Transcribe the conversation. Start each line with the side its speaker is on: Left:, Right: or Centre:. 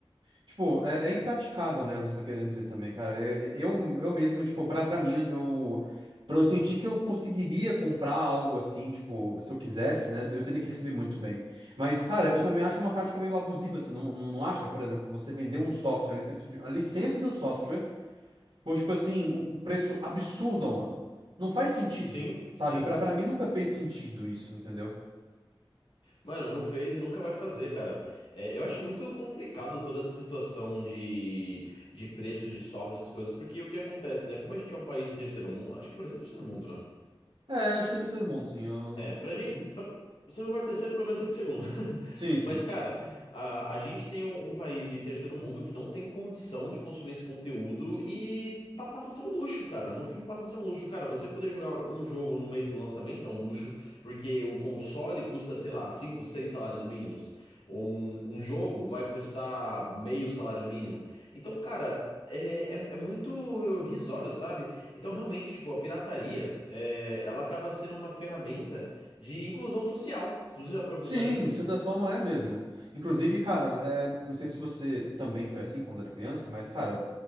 Right: Tipo, é, é impraticável, né? Você tá querendo dizer também, cara. Eu, eu, eu mesmo, tipo, pra, pra mim, eu, pra eu sentir que eu conseguiria comprar algo assim, tipo, se eu quisesse, né? Eu teria que receber muito bem. Mas, cara, eu também acho uma prática meio abusiva. Você não, não, não acha? Por exemplo, você vender um software, a licença de, a licença de um software, por, tipo assim, um, um preço absurdo ao ano. Não faz sentido,
Left: Sim,
Right: sabe?
Left: sim.
Right: Pra, pra mim nunca fez sentido isso, entendeu?
Left: Mano, não fez e nunca vai fazer, cara. É, eu acho muito complicado toda essa situação de, de preço de software, essas coisas, porque o que acontece, né? Como a gente é um país de terceiro mundo, acho que o Brasil é terceiro mundo, né?
Right: É, acho que é terceiro mundo, sim. Eu...
Left: É,
Right: não-
Left: pra gente.
Right: Uhum.
Left: pra- Se não for terceiro, pelo menos é de segundo. <laughs>
Right: Sim, sim.
Left: Mas, cara, a, a gente tem um, um país de terceiro mundo que não tem condição de consumir esse conteúdo e pa- passa a ser um luxo, cara. No fim, passa a ser um luxo. Cara, você poder jogar um jogo no mês do lançamento é um luxo, porque o console custa, sei lá, 5 6 salários mínimos. Um, um jogo vai custar meio salário mínimo. Então, cara. É, é, é muito risório, sabe? Então, realmente, tipo, a pirataria, é, ela acaba sendo uma ferramenta de inclusão social. Se você já parou
Right: Sim,
Left: pra pensar nisso?
Right: de certa forma é mesmo. Inclusive, cara, é, não sei se você também foi assim quando era criança, mas, cara, o